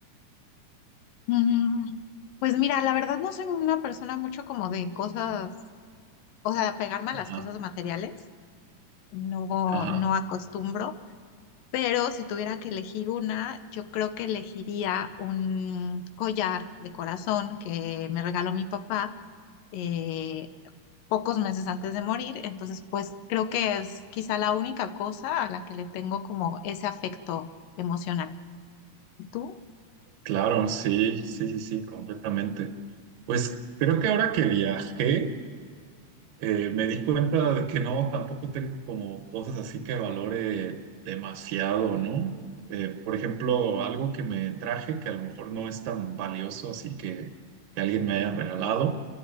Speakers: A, on the left; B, on the right.
A: Mm, Pues mira, la verdad no soy una persona mucho como de cosas, o sea, pegarme a
B: Ajá,
A: las cosas materiales, no,
B: ajá,
A: no acostumbro, pero si tuviera que elegir una, yo creo que elegiría un collar de corazón que me regaló mi papá eh, pocos meses antes de morir, entonces pues creo que es quizá la única cosa a la que le tengo como ese afecto emocional. ¿Tú?
B: claro, sí, sí, sí, sí, completamente. Pues creo que ahora que viajé, Eh, me di cuenta de que no, tampoco tengo como cosas así que valore demasiado, ¿no? Eh, por ejemplo, algo que me traje que a lo mejor no es tan valioso, así que, que alguien me haya regalado,